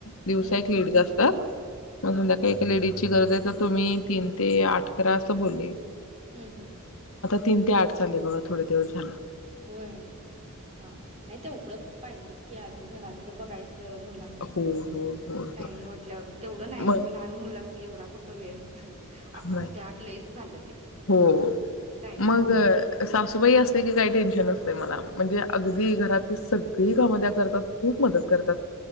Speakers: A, on the left (about 65°); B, on the right (about 30°).
A: दिवसा
B: हम्म
A: एक
B: हम्म
A: लेडीज् असतात, मग
B: हम्म
A: संध्याकाळी
B: हम्म हम्म
A: एक लेडीची गरज आहे तर तुम्ही तीन ते आठ करा असं बोले.
B: हम्म हम्म
A: तीन ते आठ चाललंय बघा थोड दिवस झालं.
B: होय हा नाही ते ओळख पाहिजेच की आज घरातलं बघायच मुलाचं
A: हो हो हो
B: टाइम
A: हो
B: वाटल्यावर तेवढं नाही ओ
A: मग
B: लहान मुलांसनी एवढा कुठं वेळ अकरा
A: नाही
B: ते आठ लईच झालं. ते
A: हो
B: टायमिंग
A: म सासूबाई असल्या की काही टेन्शन नसतंय मला म्हणजे अगदी घरात ती सगळी कामं त्या करतात खूप मदत करतात.